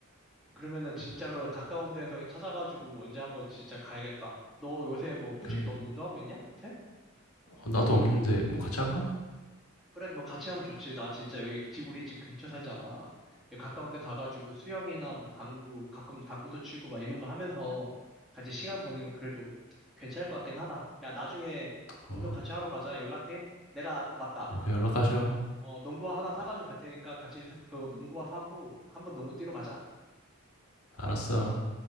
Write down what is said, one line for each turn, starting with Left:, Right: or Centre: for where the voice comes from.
Centre: 그러면은 진짜로 가까운 데에서 찾아가지고 언제 한번 진짜 가야겠다. 너 요새 뭐 꾸준히
Left: 그래.
Centre: 너도 운동하고 있냐? 요새?
Left: 어, 나도 없는데 뭐 같이 할까?
Centre: 그래, 뭐 같이 하면 좋지. 나 진짜 여기 집- 우리 집 근처 살잖아. 여기 가까운 데 가가지고 수영이나 뭐 당구, 가끔 당구도 치고 막 이런 거 하면서 같이 시간 보내면 그래도 괜찮을 것 같긴 하다. 야, 나중에 운동
Left: 어,
Centre: 같이 하러 가자. 연락해. 내가, 맞다.
Left: 오케이 연락하셔.
Centre: 어, 농구화 하나 사가지고 갈 테니까 같이 사- 그거 농구화 사고 한번 농구 뛰러 가자.
Left: 알았어.